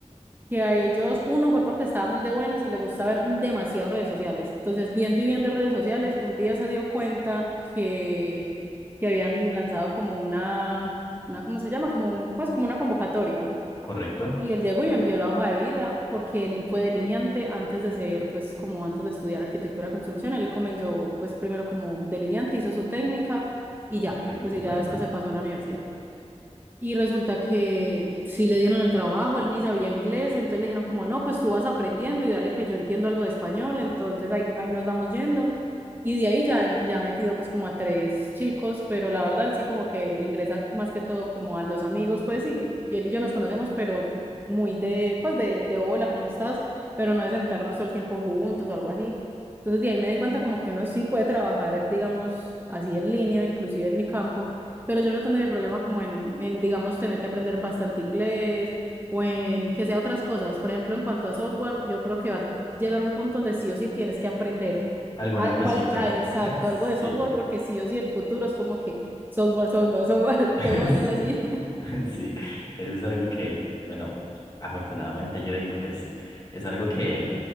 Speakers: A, on the right (about 15°); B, on the left (about 30°).
A: que a ellos, uno fue porque estaba muy de buenas y les gusta ver demasiado redes sociales. Entonces, viendo y viendo redes sociales, un día se dio cuenta que, que habían lanzado como una, una, ¿cómo se llama? Como un- pues como una convocatoria.
B: ¿correcto?
A: Y él llegó y me envió la hoja de vida porque él fue delineante antes de ser, pues como antes de estudiar arquitectura de construcción, él comenzó pues primero como delineante, hizo su técnica y ya,
B: Ok,
A: pues
B: comprendo.
A: y ya después se pasó a la universidad. Y resulta que sí le dieron el trabajo, él ni sabía inglés, entonces le dijeron como, no, pues tú vas aprendiendo y dale que yo entiendo algo de español, entonces ahí, ahí nos vamos yendo. Y de ahí ya, ya ha metido pues como a tres chicos, pero la verdad él sí como que ingresa más que todo como a los amigos, pues, y, y él y yo nos conocemos, pero muy de, pues de, de hola, ¿cómo estás? Pero no de sentarnos todo el tiempo juntos o algo así. Entonces de ahí me di cuenta como que uno sí puede trabajar, digamos, así en línea, inclusive en mi campo pero yo no tendría problema como en, en, digamos, tener que aprender bastante inglés o en que sea otras cosas. Por ejemplo, en cuanto a software, yo creo que va a llegar un punto donde sí o sí tienes que aprender
B: Alguna
A: a
B: cosita.
A: cual, a- exacto,
B: <laughs> Sí,
A: algo de software, porque sí o sí el futuro es como que software, software, software,
B: <laughs>
A: <laughs> todo va a ser
B: sí,
A: así. <laughs>
B: <laughs> sí. Eso es algo que, bueno, afortunadamente yo digo, pues es algo que,